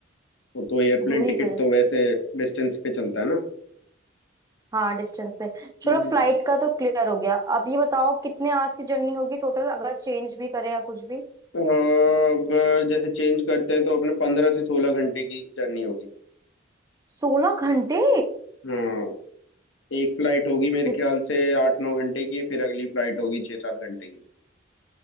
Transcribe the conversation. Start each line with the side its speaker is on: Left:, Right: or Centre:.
Left: वो तो एयरप्लेन
Right: दूरी
Left: टिकट
Right: की वजह
Left: तो
Right: से
Left: वैसे डिस्टेंस पे चलता है ना
Right: हाँ डिस्टेंस पे चलो
Left: हम्म।
Right: फ्लाइट का तो क्लियर हो गया अब ये बताओ कितने आवर्स की जर्नी होगी टोटल अगर चेंज भी करे या कुछ भी
Left: अगर जैसे चेंज करते हैं तो अपने पंद्रह से सोलह घंटे की जर्नी होगी
Right: सोलह घंटे
Left: हाँ एक फ्लाइट होगी मेरे
Right: ये
Left: ख्याल से आठ नौ घंटे की फिर अगली फ्लाइट होगी छः सात घंटे की